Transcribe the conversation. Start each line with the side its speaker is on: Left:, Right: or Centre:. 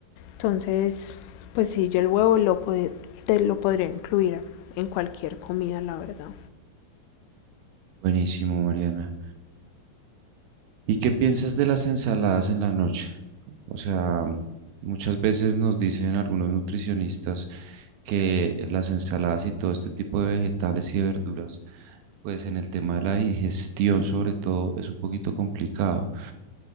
Left: Entonces, pues sí, yo el huevo lo, pod- te lo podría incluir en cualquier comida, la verdad.
Right: Buenísimo, Mariana. ¿Y qué piensas de las ensaladas en la noche? O sea, muchas veces nos dicen algunos nutricionistas que las ensaladas y todo este tipo de vegetales y de verduras, pues en el tema de la digestión sobre todo es un poquito complicado.